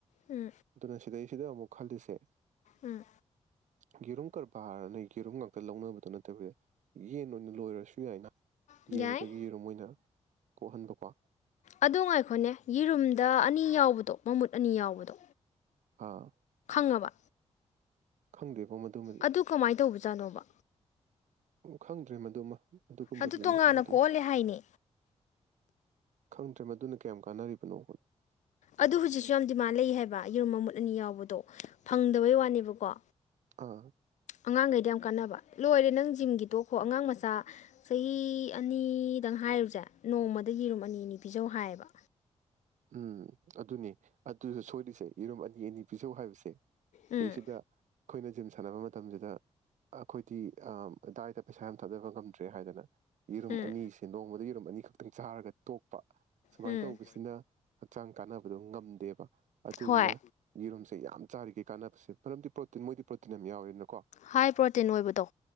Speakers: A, on the left (about 80°); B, on the right (about 85°).
A: ꯎꯝ
B: ꯑꯗꯨꯅ ꯁꯤꯗꯩꯁꯤꯗ ꯑꯃꯨꯛ ꯈꯜꯂꯤꯁꯦ
A: ꯎꯝ
B: ꯌꯦꯔꯨꯝ ꯀꯔꯕꯥꯔꯔꯅ ꯌꯦꯔꯨꯝ ꯉꯥꯛꯇ ꯂꯧꯅꯕꯗꯣ ꯅꯠꯇꯕꯁꯦ ꯌꯦꯟ ꯑꯣꯏꯅ ꯂꯣꯏꯔꯁꯨ ꯌꯥꯏꯅ ꯌꯦꯟꯗꯨꯗꯒꯤ
A: ꯌꯥꯏ
B: ꯌꯦꯔꯨꯝ ꯑꯣꯏꯅ ꯀꯣꯛꯍꯟꯕꯀꯣ
A: ꯑꯗꯨ ꯉꯥꯏꯈꯣꯅꯦ ꯌꯦꯔꯨꯝꯗ ꯑꯅꯤ ꯌꯥꯎꯕꯗꯣ ꯃꯃꯨꯠ ꯑꯅꯤ ꯌꯥꯎꯕꯗꯣ
B: ꯑꯥ
A: ꯉꯕ
B: ꯈꯪꯗꯦꯕꯣ ꯃꯗꯨꯃꯗꯤ
A: ꯑꯗꯨ ꯀꯃꯥꯏꯅ ꯇꯧꯕꯖꯥꯠꯅꯣꯕ
B: ꯎ ꯈꯪꯗ꯭ꯔꯦ ꯃꯗꯨꯃ ꯑꯗꯨꯒꯨꯝꯕꯗꯨꯗꯤ
A: ꯑꯗꯨ ꯇꯣꯉꯥꯟꯅ
B: ꯑꯗꯨꯏ
A: ꯀꯣꯛꯍꯜꯂꯦ ꯍꯥꯏꯅꯦ
B: ꯈꯪꯗ꯭ꯔꯦ ꯃꯗꯨꯅ ꯀꯌꯥꯝ ꯀꯥꯟꯅꯔꯤꯕꯅꯣ ꯍ
A: ꯑꯗꯨ ꯍꯧꯖꯤꯛꯁꯨ ꯌꯥꯝ ꯗꯤꯃꯥꯟ ꯂꯩ ꯍꯥꯏꯕ ꯌꯦꯔꯨꯝ ꯃꯃꯨꯠ ꯑꯅꯤ ꯌꯥꯎꯕꯗꯣ ꯐꯪꯗꯕꯩ ꯋꯥꯅꯦꯕꯀꯣ
B: ꯑꯥ
A: ꯑꯉꯥꯡꯈꯩꯗꯤ ꯌꯥꯝ ꯀꯥꯟꯅꯕ ꯂꯣꯏꯔꯦ ꯅꯪ ꯖꯤꯝꯒꯤ ꯇꯣꯛꯈꯣ ꯑꯉꯥꯡ ꯃꯆꯥ ꯆꯍꯤ ꯑꯅꯤꯗꯪ ꯍꯥꯏꯔꯨꯁꯦ ꯅꯣꯡꯃꯗ ꯌꯦꯔꯨꯝ ꯑꯅꯤ ꯑꯅꯤ ꯄꯤꯖꯧ ꯍꯥꯏꯌꯦꯕ
B: ꯎꯝ ꯑꯗꯨꯅꯤ ꯑꯗꯨꯁꯣꯏ ꯔꯤꯁꯦ ꯌꯦꯔꯨꯝ ꯑꯅꯤ ꯑꯅꯤ ꯄꯤꯖꯧ ꯍꯥꯏꯕꯁꯦ ꯁꯤ ꯁꯤꯗꯩꯁꯤꯗ
A: ꯎꯝ
B: ꯑꯩꯈꯣꯏꯅ ꯖꯤꯝ ꯁꯥꯟꯅꯕ ꯃꯇꯝꯁꯤꯗ ꯑꯩꯈꯣꯏꯗꯤ ꯗꯥꯏꯗ ꯄꯩꯁꯥ ꯌꯥꯝ ꯊꯥꯗꯕ ꯉꯝꯗ꯭ꯔꯦ ꯍꯥꯏꯗꯅ ꯌꯦꯔꯨꯝ
A: ꯎꯝ
B: ꯑꯅꯤ ꯁꯦꯟꯗꯣꯡꯕꯗ ꯌꯦꯔꯨꯝ ꯑꯅꯤꯈꯛꯇ ꯇꯪꯁꯥꯔꯒ ꯇꯣꯛꯄ ꯁꯨꯃꯥꯏꯅ
A: ꯎꯝ
B: ꯇꯧꯕꯁꯤꯅ ꯍꯛꯆꯥꯡ ꯀꯥꯟꯅꯕꯗꯨ ꯉꯝꯗꯦꯕ ꯑꯗꯨꯗꯨꯅ
A: ꯍꯣꯏ
B: ꯌꯦꯔꯨꯝꯁꯦ ꯌꯥꯝ ꯆꯥꯔꯤꯒꯩ ꯀꯥꯟꯅꯕꯁꯦ ꯃꯔꯝꯗꯤ ꯄ꯭ꯔꯣꯇꯤꯟ ꯃꯣꯏꯗꯤ ꯄ꯭ꯔꯣꯇꯤꯟ ꯌꯥꯝ ꯌꯥꯎꯔꯦꯅꯣ
A: ꯍꯥꯏ ꯄ꯭ꯔꯣꯇꯤꯟ ꯑꯣꯏꯕꯗꯣ